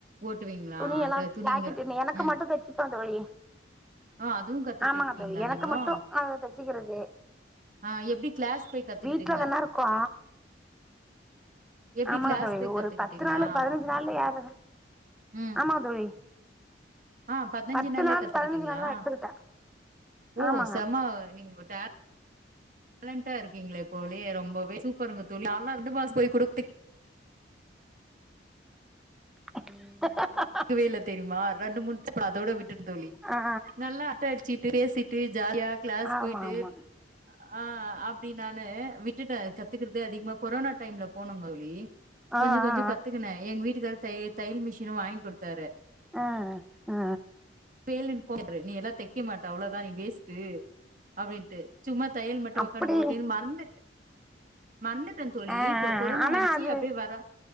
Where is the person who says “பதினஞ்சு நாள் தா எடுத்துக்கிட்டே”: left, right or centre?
Centre